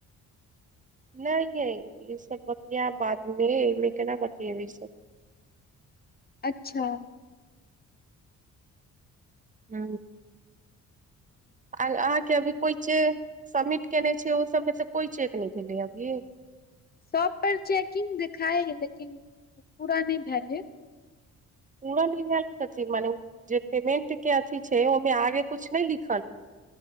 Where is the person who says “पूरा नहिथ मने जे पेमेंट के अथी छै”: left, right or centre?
Right